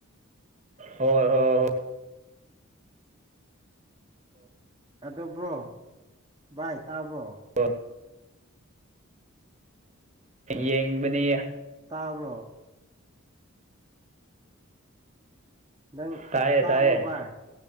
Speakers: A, on the right; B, on the right.
A: ꯍꯣꯏ ꯍꯣꯏ ꯍꯣꯏ
B: ꯑꯗꯨꯕ꯭ꯔꯣ ꯚꯥꯏ ꯇꯥꯕ꯭ꯔꯣ
A: ꯑꯣ ꯌꯦꯡꯕꯅꯤ
B: ꯇꯥꯕ꯭ꯔꯣ ꯅꯪ
A: ꯇꯥꯏꯌꯦ
B: ꯇꯥꯕ꯭ꯔꯣ
A: ꯇꯥꯏꯌꯦ
B: ꯚꯏ